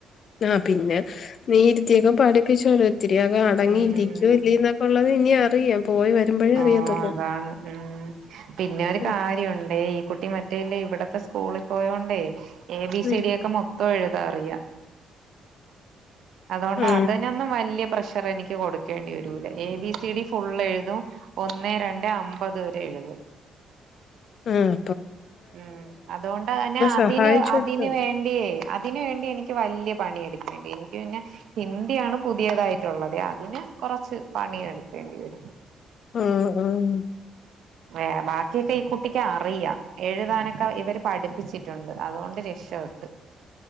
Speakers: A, on the left; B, on the right.
A: ആ പിന്നെ നിയിരുത്തിയൊക്കെ പഠിപ്പിച്ചോ ഒത്തിരിയാകെ അടങ്ങി
B: ഉം
A: ഇരിക്കുവ ഇല്ല എന്നൊക്കെ ഉള്ളത് ഇനി അറിയാം പോയി വരുമ്പോഴേ
B: ആഹ്
A: അറിയത്തുള്ളൂ
B: അതാണ് ഉം പിന്നെ ഒരു
A: ഉം
B: കാര്യംഉണ്ട്ഈ കുട്ടി മറ്റേല്ല ഇവിടത്തെ സ്കൂളിൽ പോയോണ്ട് എ ബി
A: ഉം
B: സി ഡിയെഒക്കെ മൊ ഇപ്പോ ഏഴുതാൻഅറിയാം അതുകൊണ്ട്
A: ആ
B: അതിനൊന്നും വലിയ പ്രഷർ എനിക്ക് കൊടുക്കേണ്ടി വര A B C D full എഴുതും ഒന്നെ രണ്ട് അമ്പത് വരെ എഴുതും
A: ആഹ്
B: ഉം അതുകൊണ്ട് തന്നെ അതിന്
A: സഹായിച്ചു കൊടുത്തോ
B: അതിന് വേണ്ടിയേ അതിന് വേണ്ടി എനിക്ക് വല്യ പണിയെടുക്കേണ്ടി എനിക്ക് പിന്നെ ഹിന്ദി ആണ് പുതിയതായിട്ടുള്ളത് അതിന് കൊറച്ച് പണിയെടുക്കേണ്ടി വരും
A: ആഹ് ആഹ്
B: ഏഹ് ബാക്കിയൊക്കെ ഈ കുട്ടിക്ക് അറിയാം എഴുതാനൊക്കെ ഇവര് പഠിപ്പിച്ചിട്ടുണ്ട് അതുകൊണ്ട് രക്ഷ വെട്ട്.